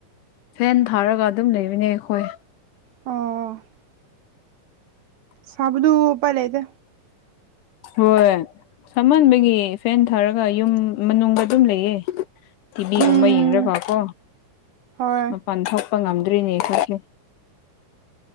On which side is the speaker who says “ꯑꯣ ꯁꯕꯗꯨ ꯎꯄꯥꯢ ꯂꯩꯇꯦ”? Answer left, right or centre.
Right